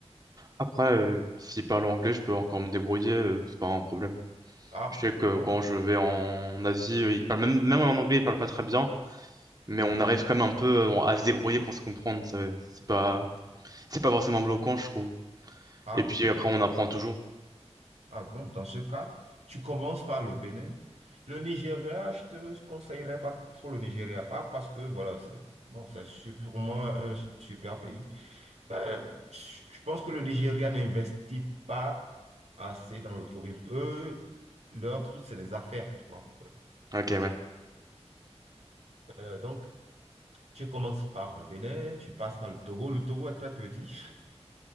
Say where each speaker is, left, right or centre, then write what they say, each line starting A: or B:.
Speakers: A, on the right; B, on the right.
A: Après, euh, si parle anglais, je peux encore me débrouiller, euh, c'est pas un problème.
B: Ah
A: Je
B: ben,
A: sais que
B: non.
A: quand je vais en Asie, euh, ils parlent même, même en anglais, ils parlent pas très bien, mais
B: Oui.
A: on arrive quand même un peu euh, à se débrouiller pour se comprendre. ça- C'est pas, c'est pas forcément bloquant, je trouve.
B: Ah
A: Et
B: mais
A: puis après,
B: cool.
A: on apprend toujours.
B: Ah bon, dans ce cas, tu commences par le Bénin. Le Nigeria, je te conseillerais pas trop le Nigeria, pas parce que, voilà, c'est... Non, c'est sûrement un super pays. Ben, je je pense que le Nigeria n'investit pas assez dans le tourisme. Eux, leur truc, c'est les affaires, tu vois.
A: Ok, ouais.
B: Euh, donc, tu commences par le Bénin, tu passes par le Togo. Le Togo est très petit.